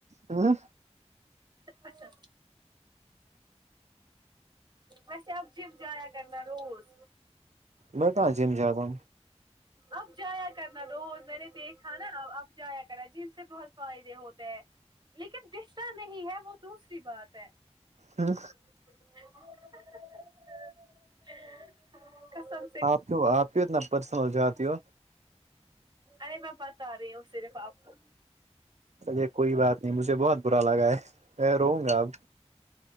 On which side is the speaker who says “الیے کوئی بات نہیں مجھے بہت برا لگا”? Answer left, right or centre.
Right